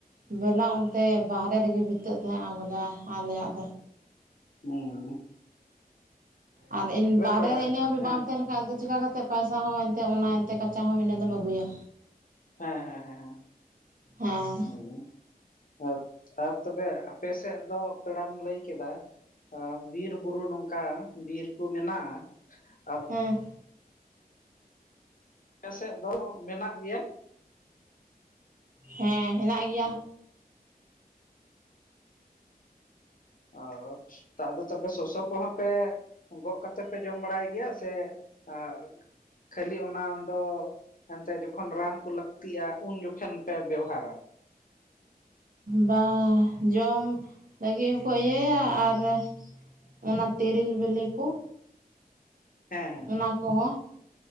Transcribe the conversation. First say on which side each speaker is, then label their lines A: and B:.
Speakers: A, on the right; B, on the left.
A: ᱵᱮᱞᱟ ᱚᱱᱛᱮ ᱵᱟᱦᱨᱮ ᱨᱮᱜᱮ ᱵᱤᱛᱟᱹᱜ ᱛᱮᱦᱮᱸᱜ-ᱟ ᱵᱚᱞᱮ ᱟᱞᱮᱭᱟᱜ ᱫᱚ᱾
B: ᱦᱩᱸᱻ᱾
A: ᱟᱨ ᱤᱱ ᱵᱟᱦᱨᱮ
B: ᱯᱮᱲᱟ
A: ᱤᱱᱟᱹ ᱦᱟᱹᱵᱤᱡ
B: ᱦᱮᱸ
A: ᱵᱟᱢ ᱛᱮᱦᱮᱱᱟᱼᱼ ᱵᱟᱠᱷᱟᱡ ᱫᱚ ᱪᱤᱠᱟ ᱠᱟᱛᱮᱜ ᱯᱟᱭᱥᱟ ᱦᱚᱸ ᱮᱱᱛᱮᱜ ᱚᱱᱟ ᱮᱱᱛᱮᱜ ᱠᱟᱪᱟ ᱦᱚᱸ ᱤᱱᱟᱹ ᱫᱚᱢ ᱟᱹᱜᱩᱭᱟ᱾
B: ᱦᱮᱸ ᱦᱮᱸ ᱦᱮᱸ ᱦᱮᱸ,
A: ᱦᱮᱸ
B: ᱦᱩᱸ᱾ ᱟᱨ‌ ᱟᱨ ᱛᱚᱵᱮ ᱟᱯᱮ ᱥᱮᱜ ᱫᱚ ᱯᱮᱲᱟᱢ ᱞᱟᱹᱭ ᱠᱮᱫᱟ᱾ ᱟᱻ ᱵᱤᱨ ᱵᱩᱨᱩ ᱱᱚᱝᱠᱟ ᱵᱤᱨ ᱠᱩ ᱢᱮᱱᱟᱜ-ᱟ ᱟᱫ?
A: ᱦᱮᱸ᱾
B: ᱮ ᱥᱮᱜ ᱫᱚ ᱢᱮᱱᱟᱜ ᱜᱮᱭᱟ᱾
A: ᱦᱮᱸ ᱦᱮᱱᱟᱜ ᱜᱮᱭᱟ᱾
B: ᱚᱻ᱾ ᱟᱨ ᱟᱫᱚ ᱛᱚᱵᱮ ᱥᱚᱥᱚ ᱠᱚᱦᱚᱸ ᱯᱮ ᱜᱚᱜ ᱠᱟᱛᱮᱜ ᱯᱮ ᱡᱚᱢ ᱵᱟᱲᱟᱭ ᱜᱮᱭᱟ ᱥᱮ ᱚᱸᱜᱼᱼ ᱠᱷᱟᱹᱞᱤ ᱚᱱᱟᱢ ᱫᱚᱼᱼ ᱮᱱᱛᱮᱜ ᱡᱚᱠᱷᱚᱱ ᱨᱟᱱ ᱠᱚ ᱞᱟᱹᱠᱛᱤᱜ-ᱟ ᱩᱱ ᱡᱚᱠᱷᱮᱱ ᱯᱮ ᱵᱮᱣᱦᱟᱨᱟ᱾
A: ᱵᱟ ᱡᱚᱢ ᱞᱟᱹᱜᱤᱫ ᱦᱚᱸᱠᱚ ᱤᱭᱟᱹᱭᱟ ᱟᱨᱼᱼ ᱚᱱᱟ ᱛᱮᱨᱮᱞ ᱵᱮᱞᱮ ᱠᱩ᱾
B: ᱦᱮᱸ ᱦᱮᱸ᱾
A: ᱚᱱᱟ ᱠᱚᱦᱚᱸ